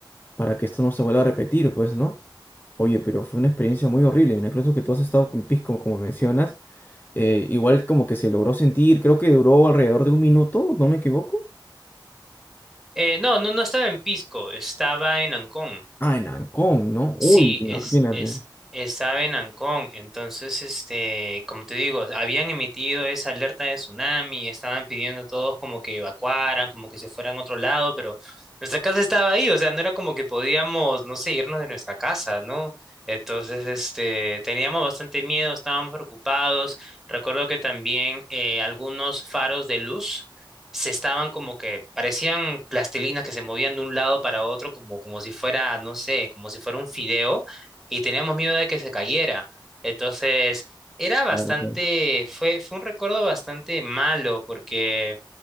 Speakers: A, on the left; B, in the centre.
A: para que esto no se vuelva a repetir, pues, ¿no? Oye, pero fue una experiencia muy horrible. Incluso que tú has estado con Pisco, como mencionas, eh, igual como que se logró sentir, creo que duró alrededor de un minuto, ¿no me equivoco?
B: Eh, no, no, no estaba en Pisco, estaba en Ancón.
A: Ah, en Ancón, ¿no?
B: Sí,
A: Uy, imagínate.
B: es, es, estaba en Ancón, entonces, este, como te digo, habían emitido esa alerta de tsunami, estaban pidiendo a todos como que evacuaran, como que se fueran a otro lado, pero nuestra casa estaba ahí, o sea, no era como que podíamos, no sé, irnos de nuestra casa, ¿no? Entonces, este, teníamos bastante miedo, estábamos preocupados. Recuerdo que también eh, algunos faros de luz se estaban como que parecían plastilinas que se movían de un lado para otro como, como si fuera, no sé, como si fuera un fideo y teníamos miedo de que se cayera. Entonces, era bastante,
A: Claro, claro.
B: fue, fue un recuerdo bastante malo porque